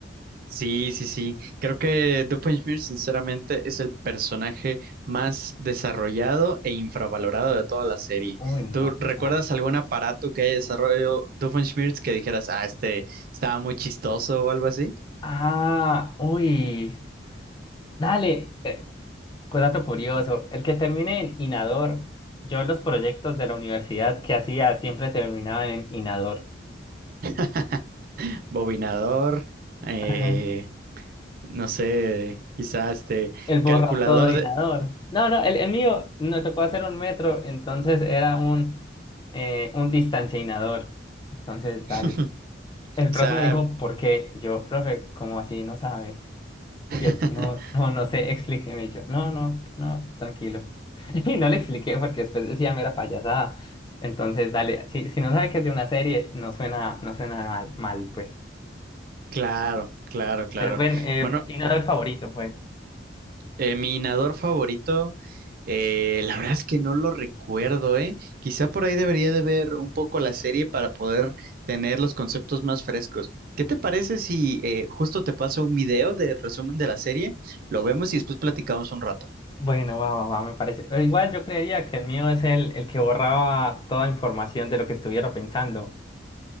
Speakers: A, on the right (about 50°); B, on the left (about 25°).
A: Sí, sí, sí. Creo que Doofenshmirtz, sinceramente, es el personaje más desarrollado e infravalorado de toda la serie.
B: Uy, no,
A: ¿Tú
B: total.
A: recuerdas algún aparato que haya desarrollado Doofenshmirtz que dijeras, ah, este estaba muy chistoso o algo así?
B: Ah, uy. Dale, eh, cu- dato curioso. El que termine en Inador, yo los proyectos de la universidad que hacía siempre terminaban en Inador.
A: <laughs> Bobinador, eh,
B: <laughs>
A: no sé, quizás este
B: El borratodoinador.
A: calculador de...
B: No, no, el, el mío me tocó hacer un metro, entonces era un, eh, un distanciador. Entonces, dale.
A: <laughs>
B: El
A: O
B: profe
A: sea,
B: me dijo, ¿por qué? Yo, profe, ¿cómo así? No sabe.
A: <laughs>
B: Y él, no, no, no sé, explíqueme. Y Yo, no, no, no, tranquilo. <laughs> Y no le expliqué porque después decía mera payasada. Entonces, dale, si, si no sabe que es de una serie, no suena, no suena mal, mal, pues.
A: claro, claro, claro.
B: Pero ven, eh,
A: Bueno.
B: inador favorito, pues.
A: Eh, mi inador favorito, eh, la verdad es que no lo recuerdo, ¿eh? Quizá por ahí debería de ver un poco la serie para poder tener los conceptos más frescos. ¿Qué te parece si eh, justo te paso un video de resumen de la serie? Lo vemos y después platicamos un rato.
B: Bueno, va, va, va, me parece. Eh, Igual yo creería que el mío es el, el que borraba toda información de lo que estuviera pensando.